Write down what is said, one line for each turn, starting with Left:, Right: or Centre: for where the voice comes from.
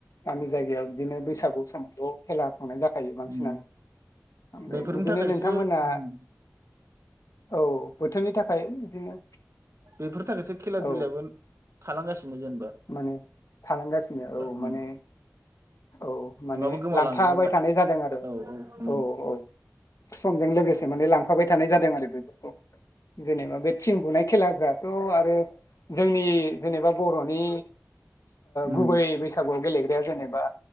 Left: गामि जायगायाव बिदिनो बैसागु समावल' खेला खुंनाय जाखायो बांसिनानो
Right: उम
Left: ओमफ्राय
Right: बेफोरनि
Left: बिदिनो
Right: थाखायसो
Left: नोंथांमोना
Right: उम
Left: औ बोथोरनि थाखाय बिदिनो
Right: बेफोर थाखायसो खेला
Left: औ
Right: दुलायावबो थालांगासिनो गोजोन
Left: माने थालांगासिनो औ
Right: उम
Left: माने औ माने
Right: नङाबा गोमालांजोबगोन
Left: लांफाबाय
Right: ना
Left: थानाय जादों आरो
Right: औ उम
Left: औ औ समजों लोगोसे माने लांफाबाय थानाय जादों आरो जेनेबा बे थिं बुनाय खेलाफ्रा औ आरो जोंनि जेनेबा बर'नि
Right: उम
Left: गुबै बैसागुआव गेलेग्राया जेनेबा